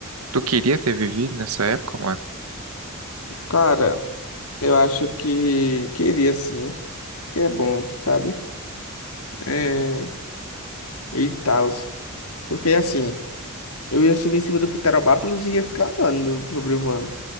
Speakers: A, on the right (about 80°); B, on the left (about 80°).
A: tu queria ter vivido nessa época, mano?
B: Cara, eu acho que queria sim. Porque é bom, sabe? É, e tal. Porque assim. Eu ia subir em cima do Pterodáctilos e ia ficar andando, sobrevoando.